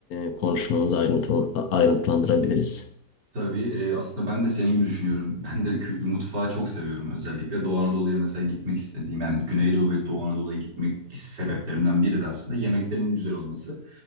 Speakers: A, on the left; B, on the right.
A: e, konuşmamızı ayrıntılı, ayrıntılandırabiliriz.
B: Tabii e, aslında ben de senin gibi düşünüyorum. <laughs> Ben de kü- mutfağı çok seviyorum özellikle. Doğu Anadolu'ya mesela gitmek istediğim yani Güneydoğu ve Doğu Anadolu'ya gitmek sebeplerimden biri de aslında yemeklerinin güzel olması.